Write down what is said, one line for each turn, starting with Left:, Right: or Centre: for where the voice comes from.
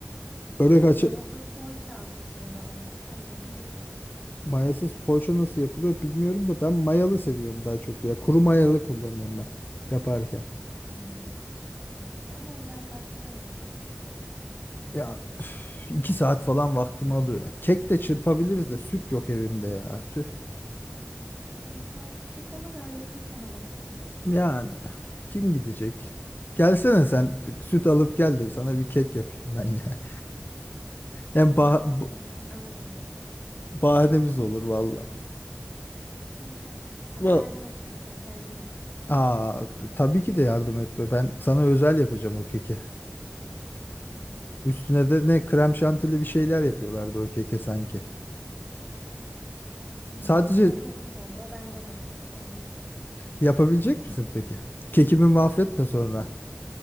Left: Börek
Right: Şey
Left: açı
Right: mayasız poğaça at fırına bence çay demle ye şu an.
Left: mayasız poğaça nasıl yapılıyor bilmiyorum da ben mayalı seviyorum daha çok ya. Kuru mayalı kullanıyorum ben yaparken.
Right: Hmm. Evet ama o biraz vaktini alır şu an acıktıysan.
Left: Ya üf, iki saat falan vaktimi alıyor ya. Kek de çırpabiliriz de süt yok evimde ya. Tüh.
Right: E, sen bir çık alıver yakın sana bakkal.
Left: Yani kim gidecek? Gelsene sen süt alıp gel de sana bir kek yapayım ben ya.
Right: Tamam
Left: Hem bah
Right: gelirken
Left: bu-
Right: ben alırım yolda.
Left: bahanemiz olur valla.
Right: İyi tamam ama
Left: Va-
Right: yardım etmem sen kendin yapacaksın.
Left: Aa tabii ki de yardım etme. Ben sana özel yapacağım o keki.
Right: Tamam.
Left: Üstüne de ne krem şantili bir şeyler yapıyorlardı o keke sanki.
Right: Hmm,
Left: Sadece
Right: ya onu tamam o benden olsun sen keki yap.
Left: yapabilecek misin peki? Kekimi mahvetme
Right: Tabii ki.
Left: sonra.